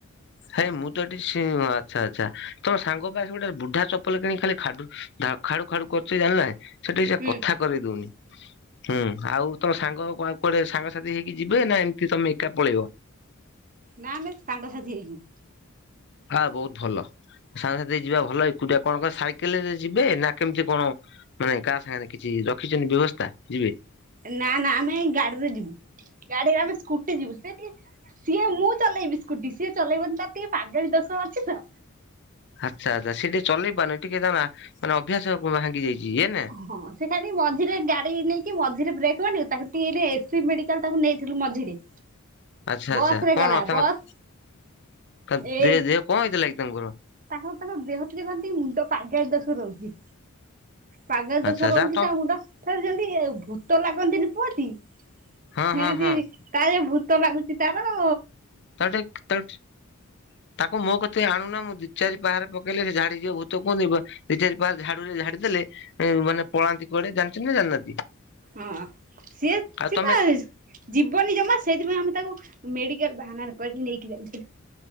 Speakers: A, on the left; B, on the right.
A: ହେ ମୁଁ ତ ଏଠି ସେ ଆଚ୍ଛା ଆଚ୍ଛା ତମ ସାଙ୍ଗ କାଇଁ ଗୋଟେ ବୁଢା ଚପଲ କିଣି ଖାଲି ଖାଡୁ ଧା ଖାଡୁ ଖାଡୁ କରୁଚି ଜାଣିଲୁନା ସେ ଠିକ ସେ
B: ହୁଁ
A: କଥା କରେଇ ଦଉନି। ହୁଁ ଆଉ ତମ ସାଙ୍ଗ କୁଆ କୁଆଡେ ସାଙ୍ଗସାଥି ହେଇକି ଯିବେ, ନା ଏମିତି ତମେ ଏକା ପଳେଇବ।
B: ନା ବେ ସାଙ୍ଗ ସାଥି ହେଇଯିବୁ।
A: ହଁ ବହୁତ ଭଲ। ସାଙ୍ଗସାଥି ଯିବା ଭଲ। ଏକୁଟିଆ କଣ କଣ ସାଇକେଲରେ ଯିବେ ନା କେମିତି କଣ ମାନେ କାହା ସାଙ୍ଗରେ କିଛି ରଖିଚନ୍ତି ବ୍ୟବସ୍ଥା ଯିବେ।
B: ନା ନା ଆମେ ଗାଡିରେ ଯିବୁ ଗାଡିରେ ଆମେ ସ୍କୁଟି ଯିବୁ ସେ ଟିକେ- ସିଏ ମୁଁ ଚଲେଇବି ସ୍କୁଟି ସିଏ ଚଲେଇବନି ତାର ଟିକେ ପାଗେଳି ଦୋଷ ଅଛି ତ।
A: ଆଚ୍ଛା ଆଚ୍ଛା ସେଠିକେ ଚଲେଇ ପାରୁନି ଟିକେ ତା ମାନେ ଅଭ୍ୟାସ ଭାଙ୍ଗି ଯାଇଛି ଇଏନା।
B: ହହଁ ସେ ଖାଲି ମଝିରେ ଗାଡି ନେଇକି ମଝିରେ ବ୍ରେକ୍ ମରିବ ତାକୁ ଟିକେ ଏଇଲେ ଏସ୍ ସି ବିମେଡିକାଲ ତାକୁ ନେଇଥିଲୁ ମଝିରେ।
A: <inaudible> ଆଚ୍ଛା
B: ବସ
A: ଆଚ୍ଛା
B: ରେ
A: କଣ
B: ଗଲା
A: ତାଙ୍କ
B: ବସ୍
A: <unintelligible>
B: ଏ
A: ଦେ ଦେହ କଁ ହେଇଥିଲା ଲାଗି ତାଙ୍କର।
B: ତାଙ୍କର ତାଙ୍କ ଦେହ ଟିକେ କନ୍ତି ମୁଣ୍ଡ ପାଗେଳୀ ଦୋଷ ରହୁଛି। ପାଗେଳି
A: ଆଚ୍ଛା
B: ଦୋଷ
A: ଆଚ୍ଛା
B: ରହୁଛି
A: ତ
B: ତା ମୁଣ୍ଡ ରେ ଯେମିତି ଭୂତ ଲାଗନ୍ତିନି କୁହନ୍ତି।
A: ହଁ
B: ସେମିତି
A: ହଁ ହଁ
B: କାଳେ ଭୂତ ଲାଗୁଛି ତାଅାର।
A: ତଟ ତଟ। <unintelligible> ତାକୁ ମୋ କତେ ଆଣୁନା ମୁଁ ଦିଇ ଚାରି ପାହାରେ ପକେଇଲେ ସେ ଝାଡିଯିବ ଭୂତ କୁଅନ୍ତିନି ଦି ଚାରି ପାର ଝାଡୁ ଝାଡି ଦେଲେ ମାନେ ପଳାନ୍ତି କୁଆଡେ ଜାଣିଛନ୍ତି ନା ଜାଣିନାହାନ୍ତି।
B: ହଁ ସିଏ
A: ଆଉ
B: ସିଏପା
A: ତମେ
B: ଯିବନି ଜମା ସେଇଥିପାଇଁ ଆମେ ତାକୁ ମେଡିକାଲ ବାହାନାରେ କୁଆଡେ ନେଇକି ଯାଇଥିଲୁ।